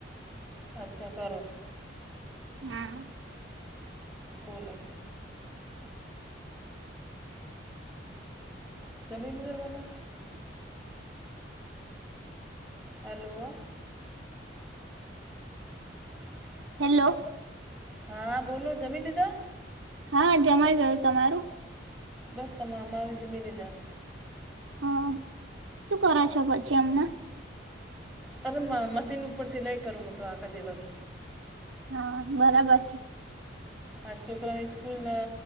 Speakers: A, in the centre; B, on the right.
A: અચ્છા કરો.
B: હા
A: બોલો. જમીન લેવાના
B: <inaudible>
A: હેલો. <inaudible>
B: હેલ્લો.
A: હા બોલો જમી લીધા
B: હા જમાઈ ગયું તમારું
A: બસ તમે અમારે જમી લીધા
B: હ શું કરો છો પછી એમના
A: તમે માં મશીન ઉપર સિલાઈ કરું મુતો આખા દિવસ
B: હા બરાબર
A: આજ છોકરાની સ્કૂલ